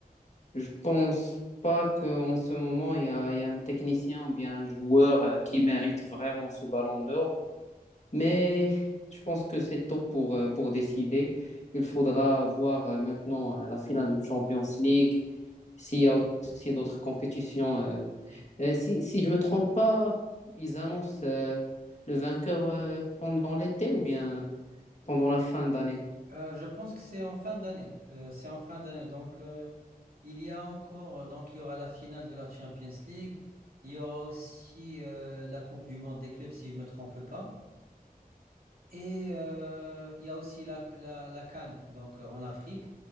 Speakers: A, on the left (about 45°); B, on the right (about 70°).
A: Je pense pas qu'en ce moment, il y a, il y a un technicien ou bien un joueur euh, qui mérite vraiment ce ballon d'or. Mais je pense que c'est tôt pour, euh, pour décider. Il faudra voir euh, maintenant euh, la finale du Champions League, s'il y a aussi d'autres compétitions. euh. Euh, si, si je ne me trompe pas, ils annoncent euh, le vainqueur euh, pendant l'été ou bien pendant la fin d'année.
B: Euh, je pense que c'est en fin d'année. Euh, c'est en fin d'année. Donc, euh, il y a encore, euh, donc, il y aura la finale de la Champions League. Il y aura aussi euh, la Coupe du Monde des clubs, si je me trompe pas. Et euh, il y a aussi la, la, la CAN, donc euh, en Afrique.